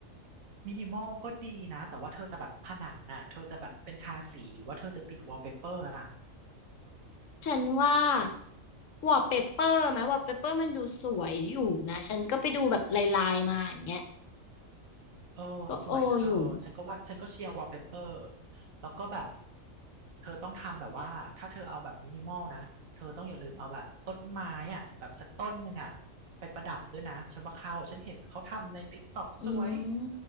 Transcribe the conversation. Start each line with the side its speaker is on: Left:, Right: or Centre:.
Right: มินิมอลก็ดีนะ แต่ว่าเธอจะแบบผนังอ่ะเธอจะแบบเป็นทาสีหรือว่าเธอจะติดวอลเปเปอร์อ่ะ
Left: ฉันว่าวอลเปเปอร์ไหมวอลเปเปอร์มันดูสวยอยู่นะฉันก็ไปดูแบบลายๆมาอย่างเงี้ย
Right: เออสวยนะเธอ
Left: ก็โออยู่
Right: ฉันก็ว่าฉันก็เชียร์วอลเปเปอร์แล้วก็แบบ เธอต้องทำแบบว่า ถ้าเธอเอาแบบมินิมอลนะ เธอต้องอย่าลืมเอาแบบต้นไม้อ่ะแบบสักต้นหนึ่งอ่ะไปประดับด้วยนะฉันว่าเข้าฉันเห็นเขาทำในติ๊กต็อกสวย
Left: อืม